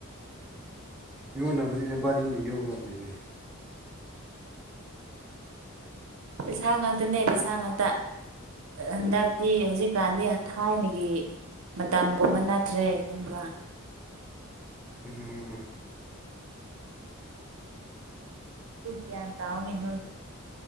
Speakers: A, in the centre; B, on the right (about 70°).
A: ꯌꯣꯟꯅꯕꯗꯤ ꯅꯕꯥꯅꯤꯅ ꯌꯣꯡꯒꯗꯧꯕꯅꯤꯅꯦ꯫
B: ꯄꯩꯁꯥ ꯉꯥꯛꯇꯅꯦ ꯄꯩꯁꯥ ꯉꯥꯛꯇ꯫ ꯍꯟꯗꯛꯇꯤ ꯍꯧꯖꯤꯛꯀꯥꯟꯗꯤ ꯊꯥꯏꯅꯒꯤ꯫ ꯃꯇꯝꯒꯨꯝꯕ ꯅꯅꯥꯠꯇ꯭ꯔꯦ ꯈꯪꯕ꯭ꯔꯥ꯫
A: ꯎꯝ꯫
B: ꯒꯌꯥꯟ ꯇꯣ ꯃꯦ ꯅꯣꯏ꯫